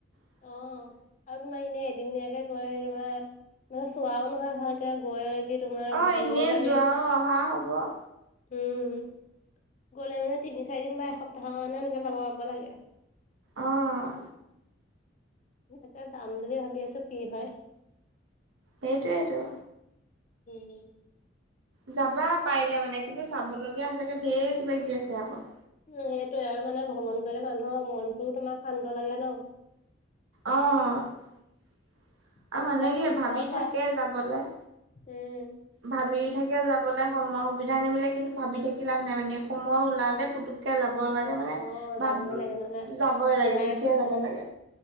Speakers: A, on the right; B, on the left.
A: উ
B: অ
A: <inaudible>
B: আৰু তোমাৰ এনেই এদিনীয়াকে গৈ তোমাৰ মানে চোৱাও নহয় ভালকে গৈ যি তোমাৰ
A: অ
B: ভাগৰও
A: এনেই
B: লাগে।
A: যোৱাও অহা হ'ব
B: উম, গ'লে মানে তিনি - চাৰিদিন বা এসপ্তাহৰ কাৰণে এনেকে যাব পাব লাগে।
A: অঁহ।
B: তাকে যাম বুলি ভাবি আছো কি হয়।
A: সেইটোৱেইেতো।
B: হুম।
A: যাবা পাৰিলে মানে কিন্তু চাবলগীয়া হৈছে চাগে ধেৰ কিবা - কিবি আছে আকৌ।
B: উম সেইটোয়ে আৰু মানে ভ্ৰমণ কৰিলে মানুহৰ মনটোও তোমাৰ শান্ত লাগে ন?
A: অ আৰু
B: আৰু
A: মানুহে
B: কিবা
A: কি
B: শিক্ষাও
A: ভাবি
B: পায়
A: থাকে যাবলে
B: উম।
A: ভাবি থাকে যাবলে, সময়ৰ সুবিধা নিমিলে কিন্তু ভাবি থাকি লাভ নাই মানে সময় ওলালে পুতু কে যাব লা তে মানে
B: অ
A: ভাব
B: যাবই লাগে নহলে
A: যাবই লাগে,
B: যোৱাই
A: গুচিয়ে
B: নহয়
A: যাব লাগে